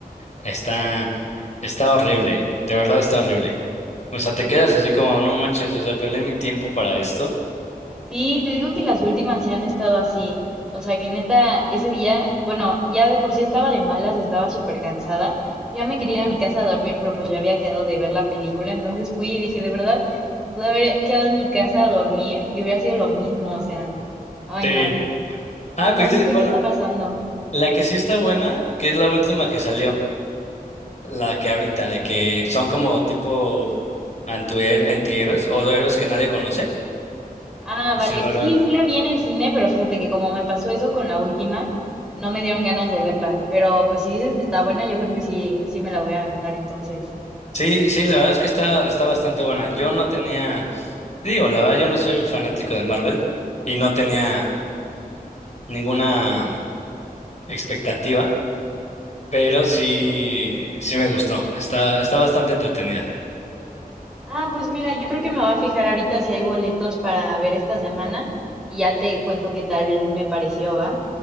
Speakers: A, on the left (about 50°); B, in the centre.
A: Está, está horrible, de verdad está horrible. O sea, te
B: Es
A: quedas
B: que
A: así como, no manches, o sea, perdí mi tiempo para esto.
B: Sí, te digo que las últimas sí han estado así. O sea, que neta, ese día, bueno, ya de por sí estaba de malas, estaba súper cansada. Ya me quería ir a mi casa a dormir, pero pues ya había quedado de ver la película. Entonces fui y dije, de verdad, me pude haber quedado en mi casa a dormir y hubiera sido lo mismo. O sea, ay,
A: Sí.
B: no. Sí,
A: Ah,
B: no,
A: pues
B: no
A: sí,
B: sé
A: bueno,
B: qué está pasando.
A: la que sí está buena, que es la última que salió. La que ahorita, de que son como tipo antuher- antihéroes o héroes que nadie conoce
B: Ah,
A: y
B: vale.
A: se vuelven.
B: Sí, sí la vi en el cine, pero fíjate que como me pasó eso con la última, no me dieron ganas de verla. Pero pues si dices que está buena, yo creo que sí, sí me la voy a aventar entonces.
A: Sí, sí, la verdad es que está, está bastante buena. Yo no tenía, te digo, la verdad yo no soy fanático de Marvel y no tenía ninguna expectativa, pero sí, sí me gustó. Está, está bastante entretenida.
B: Ah, pues mira, yo creo que me voy a fijar ahorita si hay boletos para ver esta semana y ya te cuento qué tal me pareció, ¿va?